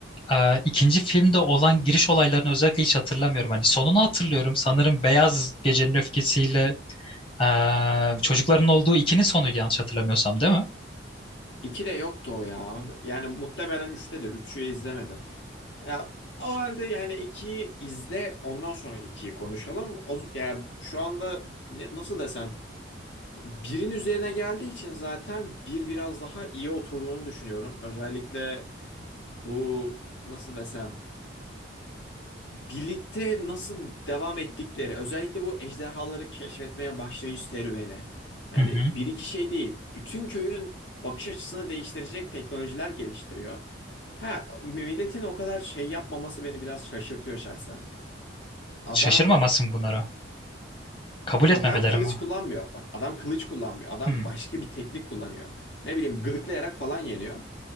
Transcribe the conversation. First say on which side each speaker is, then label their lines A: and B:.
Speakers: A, on the left; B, on the left.
A: e, ikinci filmde olan giriş olaylarını özellikle hiç hatırlamıyorum. Hani sonunu hatırlıyorum sanırım Beyaz Gecenin Öfkesiyle e, çocukların olduğu ikinin sonuydu yanlış hatırlamıyorsam değil mi?
B: İki de yoktu o ya. Yani muhtemelen üçtedir. Üçü izlemedim. Ya o halde yani 2'yi izle ondan sonra ikiyi konuşalım. O, yani şu anda ne- nasıl desem birin üzerine geldiği için zaten bir biraz daha iyi oturduğunu düşünüyorum. Özellikle bu nasıl desem birlikte nasıl devam ettikleri özellikle bu ejderhaları keşfetmeye başlayış serüveni. Yani
A: Hı hı.
B: bir iki şey değil. Bütün köyün bakış açısını değiştirecek teknolojiler geliştiriyor. Ha, milletin o kadar şey yapmaması beni biraz şaşırtıyor şahsen. Adam
A: Şaşırmamasın bunlara. Kabul etmemeleri
B: adam kılıç
A: mi?
B: kullanmıyor. Bak adam kılıç kullanmıyor. Adam
A: Hı
B: başka bir teknik kullanıyor. Ne bileyim gıdıklayarak falan yeniyor.